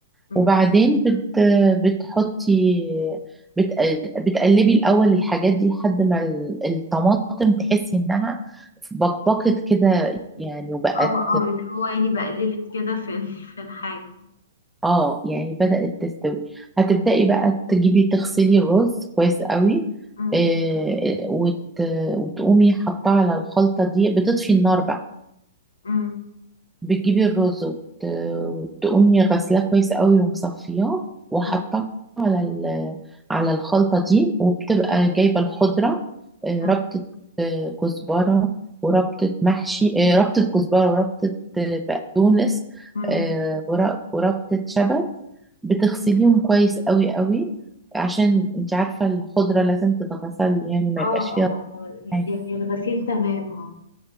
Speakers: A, on the left; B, in the centre.
A: مم.
B: وبعدين بت بتحطي بت بتقلبي الاول الحاجات دي لحد ما ال- الطماطم تحسي انها بقبقت كده يعني وبقت
A: اه اه اللي هو يعني بقللت كده في ال- في الحاجه
B: اه يعني بدأت تستوي هتبدأي بقى تجيبي تغسلي الرز كويس قوي
A: مم.
B: آه، وت... وتقومي حاطاه على الخلطة دي بتطفي النار بقى
A: مم.
B: بتجيبي الرز وت... وتقومي غسلاه كويس قوي ومصفياه وحطاه
A: مم.
B: على ال... على الخلطة دي وبتبقى
A: ماشي.
B: جايبة الخضرة آه،
A: مم.
B: ربطة آه، كزبرة وربطة محشي آه، ربطة كزبرة وربطة آه، بقدونس
A: مم.
B: آه، ور- وربطة شبت بتغسليهم كويس قوي قوي عشان انت عارفة الخضرة لازم تتغسل يعني ما
A: اه
B: يبقاش فيها
A: اه آه.
B: حاجة
A: يعني الغسيل تمام اه